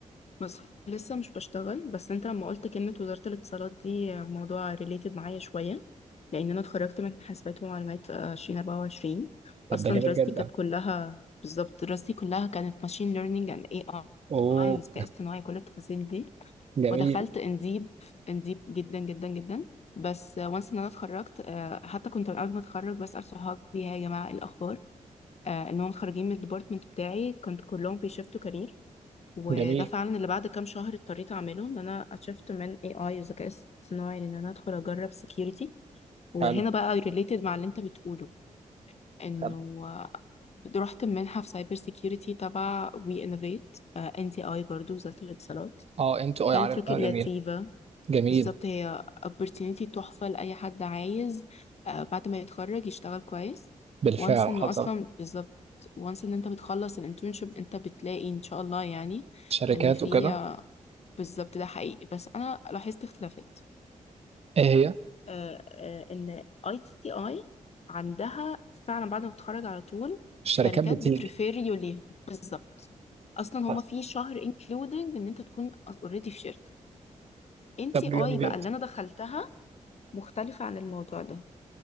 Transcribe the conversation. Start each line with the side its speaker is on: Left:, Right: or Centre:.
Left: بس لسه مش بشتغل بس انت لما قلت كلمة وزارة الاتصالات دي موضوع ريليتد معايا شوية لأن أنا اتخرجت من حاسبات ومعلومات آه، عشرين أربعة وعشرين
Right: طب
Left: أصلا
Right: ده جميل
Left: دراستي
Right: جدا
Left: كانت كلها بالظبط دراستي كلها كانت ماشين ليرنينج اند اي
Right: اوه
Left: اي والذكاء الاصطناعي كل التفاصيل دي
Right: جميل
Left: ودخلت انديب انديب جدا جدا جدا بس وانس ان انا اتخرجت آه، حتى كنت من قبل ما اتخرج بسأل صحابي "هاي يا جماعة ايه الأخبار آه، إنهم خارجين من الديبارتمنت بتاعي كنت كلهم بيشفتوا كارير وده
Right: جميل
Left: فعلا اللي بعد كام شهر اضطريت اعمله ان انا اتشفت من اي اي وذكاء اصطناعي ان انا ادخل اجرب سكيورتي وهنا
Right: حلو
Left: بقى ريليتد مع اللي انت بتقوله انه
Right: طب
Left: رحت منحه في سايبر سكيورتي تبع وي انوفيت ان تي اي برضه وزاره الاتصالات
Right: اه انت اه
Left: كانت
Right: عارف
Left: في كرياتيفا
Right: اه جميل جميل
Left: بالظبط هي opportunity تحفه لاي حد عايز آه، بعد ما يتخرج يشتغل كويس
Right: بالفعل
Left: وانس انه
Right: حصل
Left: اصلا بالظبط وانس ان انت بتخلص الانترنشيب انت بتلاقي ان شاء الله يعني
Right: شركات
Left: ان في
Right: وكده
Left: بالظبط ده حقيقي بس انا لاحظت اختلافات
Right: ايه هي
Left: آه آه ان اي تي اي عندها فعلا بعد ما بتتخرج على طول
Right: الشركات
Left: شركات
Right: بتيجي
Left: بتريفير يو ليها بالظبط اصلا هما
Right: حصل
Left: في شهر انكلودنج ان انت تكون اوريدي في شركه ان
Right: طب
Left: تي اي
Right: جميل جدا
Left: بقى اللي انا دخلتها مختلفه عن الموضوع ده